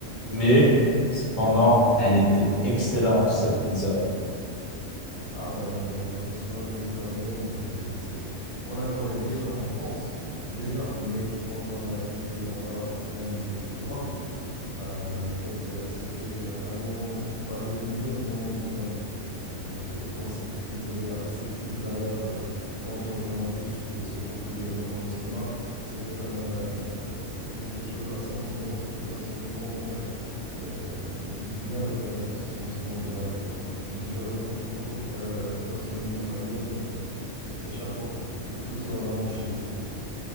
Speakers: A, on the left; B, on the left.
A: mais cependant, elle était excellente cette pizza.
B: Ah ben, mais la gastronomie italienne, donc euh, c'est, on la connaît déjà en France, ouais, déjà, mais quand on l'a goûtée là-bas en plein milieu de Rome, ben en fait euh, c'était un moment tr- parmi les meilleurs moments de ma vie. Donc, disons euh, quand cette pizzeria, cette pizza-là euh, rentrait dans ma bouche et se faufilait vers mon estomac, c'était un, euh, c'était quelque chose, un sentiment, c'était un sentiment. euh, euh, je me suis bien régalé avec ce sentiment de malade, quoi. Mais tu as raison. Oui, oui. La, la- la gastronomie italienne, euh, c'est c'est chapeau, quoi. Surtout si on la mange chez eux.